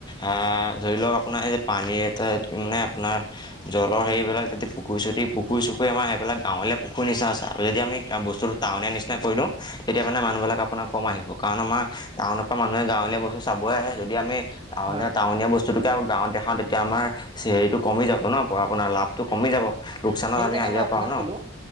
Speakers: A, on the left; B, on the right.
A: আহ। ধৰি লওক আপোনাৰ এই পানীৰ এটা মানে আপোনাৰ জলৰ হেৰিবিলাক যদি পুখুৰী- চুতি পুখুৰী- চুখুৰী আমাৰেই সেই গাঁৱলে পুখুৰ নিচ আছে যদি আমি বস্তটো টাউনিয়া নিচিনা কৰি দিওঁ তেতিয়া মানে মানুহবিলাক। আপোনাৰ কম আহিব কাৰণ আমাৰ টাউনৰ পৰা মানুহে গাঁৱলীয়া বস্তু চাবই আহে যদি আমি টাউন
B: হয়
A: টাউনীয়া বস্তু। যটুকে আৰু গাঁৱত দেখা তেতিয়া আমাৰ চেৰিটো কমি যাব ন আপোনাৰ লাভটো কমি যাব। লোকচানত
B: সেইকাৰণে
A: আমি আহিয়ে
B: মই আপোনাক
A: পাৰোঁ ন
B: কলো